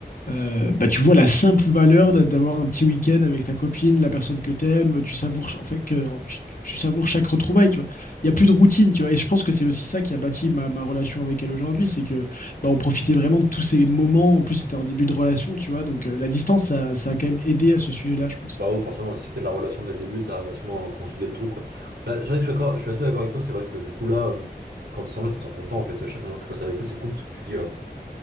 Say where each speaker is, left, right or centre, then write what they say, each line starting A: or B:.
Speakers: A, on the left; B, on the right.
A: Euh, bah, tu vois la simple valeur d'a- d'avoir un petit week-end avec ta copine, la personne que t'aimes, tu savoures ch- en fait que tu, tu savoures chaque retrouvaille, tu vois. Il y a plus de routine, tu vois. Et je pense que c'est aussi ça qui a bâti ma, ma relation avec elle aujourd'hui, c'est que bah, on profitait vraiment de tous ces moments. En plus, c'était un début de relation, tu vois. Donc euh, la distance, ça, ça a quand même aidé à ce sujet-là, je pense.
B: Bah oh, forcément, si c'était la relation dès le début, ça a vachement euh, consolidé le truc, ouais. Bah, c'est vrai que je suis d'accord- je suis assez d'accord avec toi, c'est vrai que du coup là, euh, quand ils sont là, t'es trop content en fait. Chaque moment que tu passes avec eux, c'est cool parce que tu te dis. euh,